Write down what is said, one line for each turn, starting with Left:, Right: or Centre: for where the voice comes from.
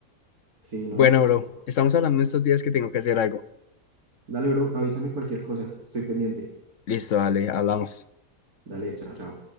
Right: Sí, no.
Left: Bueno, bro,
Right: Ok.
Left: estamos hablando estos días que tengo que hacer algo.
Right: Dale, bro, avísame cualquier cosa. Estoy pendiente.
Left: Listo, dale, hablamos.
Right: Dale, chao, chao.